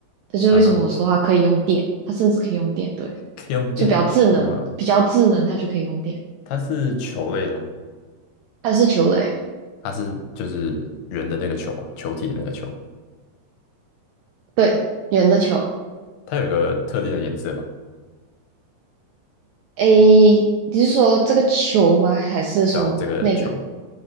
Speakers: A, on the right; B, on the left.
A: 这就是为什么我说它可以用电，
B: 啊哈，
A: 它甚至可以用电，对，
B: 可以用电。
A: 就比较智能，
B: 啊，
A: 比较智能，它就可以用电。
B: 它是球类的吗？
A: 它是球类，
B: 它是就是圆的那个球嘛，球体的那个球。
A: 对，圆的球。
B: 它有个特定的颜色嘛？
A: 诶，你是说这个球吗？还是说那个？
B: 对啊，这个球。